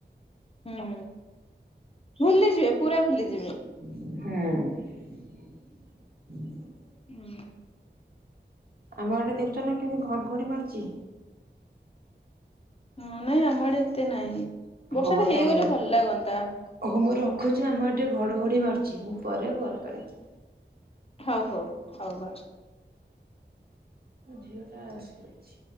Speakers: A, on the left; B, on the right.
A: ହୁଁ ଭୁଲିଯିବେ ପୁରା ଭୁଲିଯିବେ।
B: ହୁଁ।
A: ହୁଁ
B: ଆମ ଆଡ଼େ ଦେଖୁଛ ନା କେମିତି ଘଡଘଡି ମାରୁଛି?
A: ହଁ ନାଇଁ ଆମ ଆଡେ ଏତେ ନାଇଁ। ବର୍ଷା
B: ହଉ
A: ଟା ହେଇଗଲେ
B: ତାହେଲେ
A: ଭଲ ଲାଗନ୍ତା
B: ହଉ ମୁଁ ରଖୁଛି ଆମ ଆଡ଼େ ଗୋଟିଏ ଘଡ଼ଘଡ଼ି ମାରୁଛି ମୁଁ ପରେ କଲ୍ କରିବି।
A: ହଉ ହଉ ହଉ ଭଉ
B: ମୋ ଝିଅଟା ଆଶୁଛି।